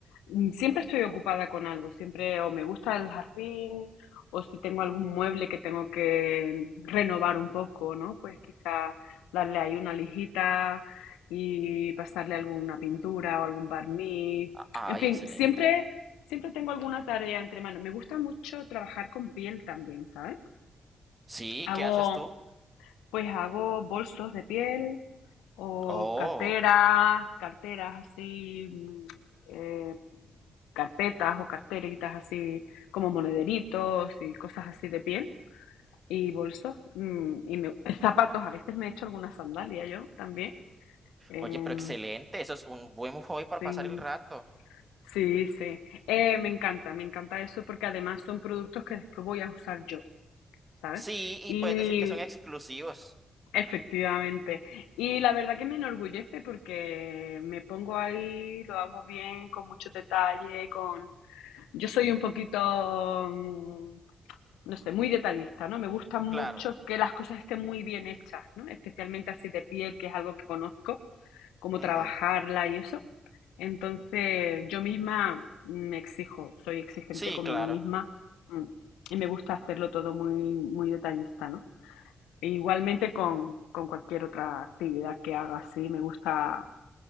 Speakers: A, on the left; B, on the right.
A: Mm, Siempre estoy ocupada con algo, siempre o me gusta el jardín o si tengo algún mueble que tengo que renovar un poco, ¿no? Pues quizá darle ahí una lijita y pasarle alguna pintura o algún barniz.
B: A-
A: En
B: Ay,
A: fin,
B: excelente.
A: siempre, siempre tengo alguna tarea entre manos. Me gusta mucho trabajar con piel también, ¿sabes?
B: Sí,
A: Hago,
B: ¿qué haces tú?
A: pues hago bolsos de piel o
B: Oh,
A: carteras, carteras así, mm, eh, carpetas o carteritas así como monederitos y cosas así de piel y bolsos mm, y me- <laughs> zapatos. A veces me he hecho alguna sandalia yo también. Em,
B: oye, pero excelente, eso es un buen hobby para
A: sí,
B: pasar el rato.
A: sí, sí. Eh, me encanta, me encanta eso porque además son productos que después voy a usar yo, ¿sabes?
B: Sí, y
A: Y
B: puedes decir que son exclusivos,
A: Efectivamente. Y la verdad que me enorgullece porque me pongo ahí, lo hago bien, con mucho detalle, con... Yo soy un poquito, mm, no sé, muy detallista, ¿no? Me gusta mucho
B: claro.
A: que las cosas estén muy bien hechas, ¿no? Especialmente así de piel, que es algo que conozco, cómo
B: Ujú.
A: trabajarla y eso. Entonces, yo misma me exijo, soy exigente
B: Sí,
A: conmigo
B: claro.
A: misma, mm, y me gusta hacerlo todo muy, muy detallista, ¿no? E Igualmente con, con cualquier otra actividad que haga, sí, me gusta,